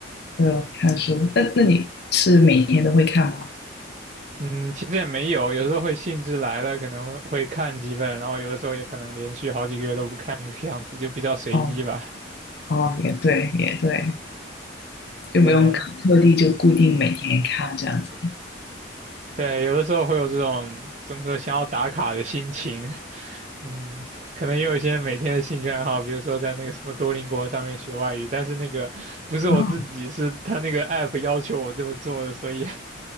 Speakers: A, on the left; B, on the right.
A: 呃，看书，那那你是每天都会看吗？
B: 嗯，其实也没有，有时候会兴致来了，可能会会看几本，然后有的时候也可能连续好几个月都不看，这个样子就比较随机吧。
A: 哦。哦，也对，也对，就不用特地就固定每天看这样子
B: 对对，有的时候会有这种怎么说想要打卡的心情，<laughs> 嗯，可能也有一些每天的兴趣爱好，比如说在那个什么多邻国上面学外语，但是那个不是我自己，
A: 啊，
B: 是他那个 app 要求我这么做的，所以